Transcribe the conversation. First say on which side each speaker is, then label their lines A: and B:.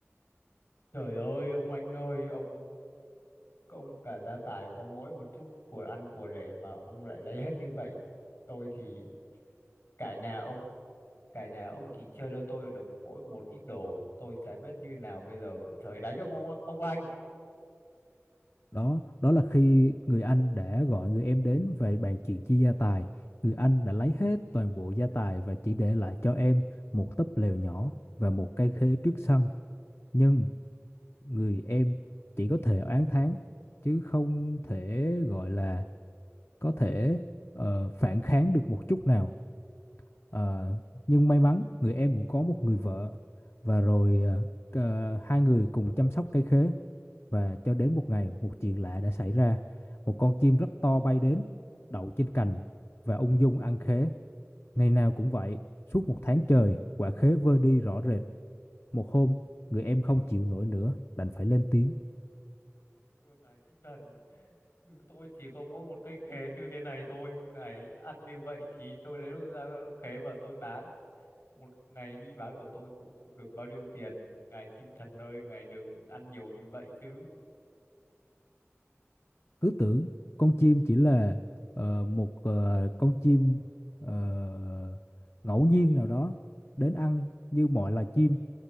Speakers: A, on the left (about 75°); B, on the left (about 55°).
A: Trời ơi ông anh ơi ông ông cả gia tài có mỗi một chút của ăn của để mà ông lại lấy hết như vậy tôi thì cả nhà ông cả nhà ông chỉ chơi cho tôi được mỗi một ít đồ tôi chả biết như nào bây giờ trời đánh ông ông, ông anh
B: đó đó là khi người anh đã gọi người em đến về bàn chuyện chia gia tài, người anh đã lấy hết toàn bộ gia tài và chỉ để lại cho em một túp lều nhỏ và một cây khế trước sân nhưng người em chỉ có thể oán thán chứ không thể gọi là có thể ờ, phản kháng được một chút nào Ờ, nhưng may mắn người em cũng có một người vợ và rồi ờ, ờ, hai người cùng chăm sóc cây khế và cho đến một ngày một chuyện lạ đã xảy ra một con chim rất to bay đến đậu trên cành và ung dung ăn khế ngày nào cũng vậy suốt một tháng trời quả khế vơ đi rõ rệt một hôm người em không chịu nổi nữa đành phải lên tiếng
A: thưa ngài chim thần tôi chỉ có mỗi một cây khế như thế này thôi ngài ăn như vậy thì tôi lấy đâu ra khế và tôi bán một ngày đi bán của tôi cũng không được bao nhiêu tiền ngài chim thần ơi ngài đừng ăn nhiều như vậy chứ
B: cứ tưởng con chim chỉ là ờ, một ờ, con chim ờ, ngẫu nhiên nào đó đến ăn như mọi loài chim